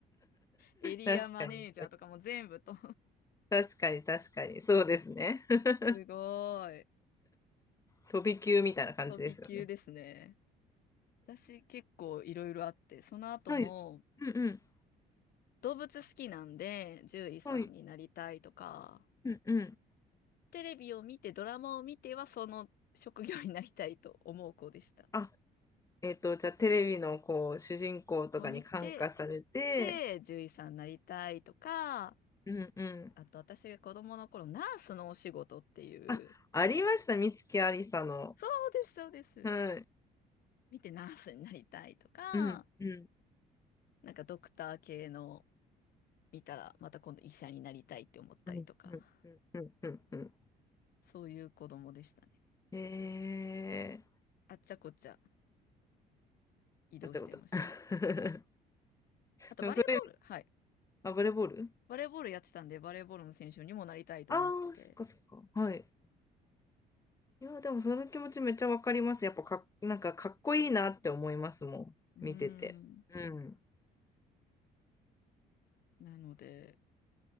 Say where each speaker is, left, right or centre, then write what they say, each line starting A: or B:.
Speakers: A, on the left; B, on the left.
A: エリアマネージャーとかも全部と。
B: 確かに。確 <laughs> かに、確かに。そうですね。<laughs>
A: すごい。
B: 飛び級みたいな感じですよね。
A: 飛び級ですね。私結構いろいろあって、その後も
B: はい。うんうん。
A: 動物好きなんで獣医さんになりたいとか、
B: はい。うんうん。
A: テレビを見て、ドラマを見ては、その職業になりたいと思う子でした。
B: あ、えっと、じゃあテレビのこう、主人公とかに感化されて、
A: を見て、で、獣医さんになりたいとか、
B: うんうん。
A: あと私が子供の頃、ナースのお仕事っていう、
B: あ、ありました。美月ありさの。
A: そうです、そうです。
B: はい。
A: 見てナースになりたいとか、
B: うんうん
A: なんかドクター系の見たら、また今度医者になりたいって思ったりとか、
B: うんうんうんうんうんうん。
A: そういう子供でしたね。
B: え
A: あっちゃこっちゃ移動してました。
B: ー、あ、違うこと。<laughs>
A: あとバレーボール、
B: でもそれ、
A: はい。
B: あ、バレーボール
A: バレーボールやってたんで、バレーボールの選手にもなりたいと思ってて。
B: ああ、そっかそっか。はい。いや、でもその気持ちめっちゃわかります。やっぱかなんかかっこいいなって思いますもん。
A: うーん。
B: 見てて。うん。
A: なので、